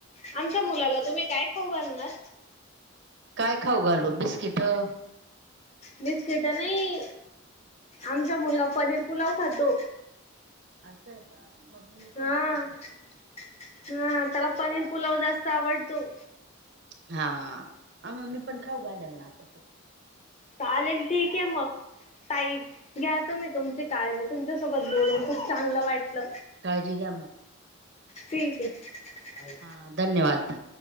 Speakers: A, on the left (about 30°); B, on the right (about 55°).
A: आमच्या मुलाला तुम्ही काय खाऊ घालणार
B: काय खाऊ घालू बिस्किटं,
A: बिस्किट नाही आमचा मुलगा पनीर पुलाव खातो.
B: असं आहे का मग मी पण
A: हा
B: खाऊ घालते.
A: <inaudible> हा त्याला पनीर पुलाव जास्त आवडतो.
B: हा हा.. आम मी पण खाऊ घालेल ना तस
A: चालेल ठीक आहे मग ताई घ्या तुम्ही तुमं ते काळजी तुमच्यासोबत बोलून खूप चांगलं वाटलं.
B: ठीक हाय मग
A: ठीक आहे
B: हां धन्यवाद